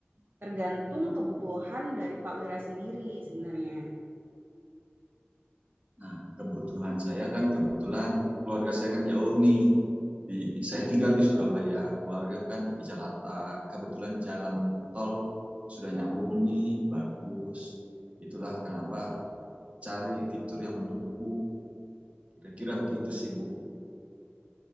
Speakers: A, on the right; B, on the right.
A: Tergantung
B: Oh.
A: kebutuhan dari Pak Wira sendiri sebenarnya.
B: Nah, kebutuhan saya kan kebetulan keluarga saya kan jauh nih. Di, saya tinggal di Surabaya, keluarga kan di Jakarta. Kebetulan jalan tol sudah nyambung nih, bagus. Itulah kenapa cari fitur yang mendukung. Kira-kira begitu sih, Bu.